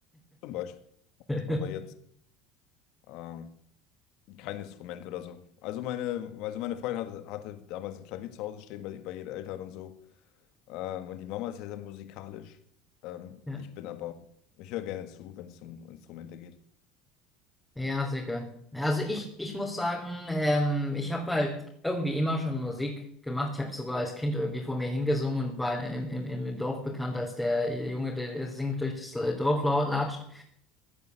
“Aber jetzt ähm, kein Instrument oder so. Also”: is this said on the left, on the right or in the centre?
Left